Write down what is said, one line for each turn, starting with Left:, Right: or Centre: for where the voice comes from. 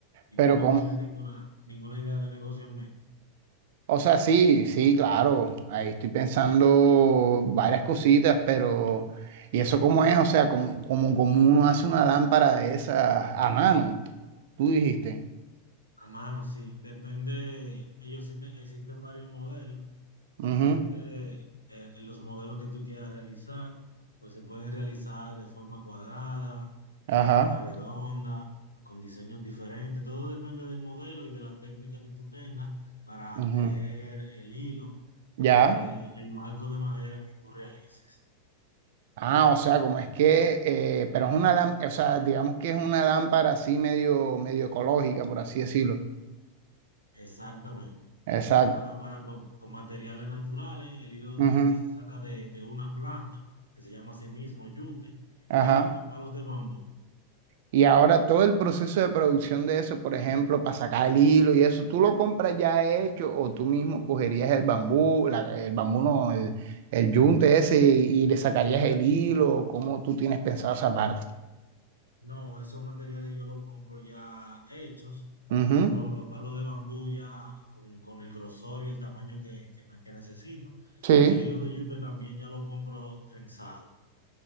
Left: Y
Right: Pero,
Left: tú no
Right: ¿cómo?
Left: tienes ninguna, ninguna idea de negocio en mente.
Right: O sea, sí, sí, claro. Ahí estoy pensando varias cositas, pero ¿y eso cómo es? O sea, como, como, como uno hace una lámpara de esas a mano, tú dijiste.
Left: A mano, sí. Depende, ellos existen, existen varios modelos. Depende
Right: Ujú,
Left: eh, los modelos que tú quieras realizar. Pues se pueden realizar de forma cuadrada,
Right: Ajá.
Left: de forma redonda, con diseños diferentes. Todo depende del modelo y de la técnica que tú tengas para
Right: ujú,
Left: tejer el hilo
Right: Ya.
Left: entre el marco de madera que tú realices.
Right: Ah, o sea, como es que, eh, pero es una lámpara, o sea, digamos que es una lámpara así medio, medio ecológica, por así decirlo.
Left: Exactamente.
Right: Exacto.
Left: Es una lámpara con, con materiales naturales. El hilo
Right: ujú,
Left: de yute se saca de, de una planta que se llama a sí mismo yute
Right: Ajá.
Left: y con palos de bambú.
Right: Y ahora todo el proceso de producción de eso, por ejemplo, para sacar el hilo y eso, tú lo compras ya hecho o tú mismo cogerías el bambú, la- el bambú no, el, el yunte ese y, y le sacarías el hilo, ¿cómo tú tienes pensado esa parte?
Left: No, esos materiales yo los compro ya hechos.
Right: Ujú,
Left: Yo compro los palos de bambú ya con, con el grosor y el tamaño que, que, me- que necesito.
Right: Sí.
Left: Y el hilo de yute también ya lo compro trenzado.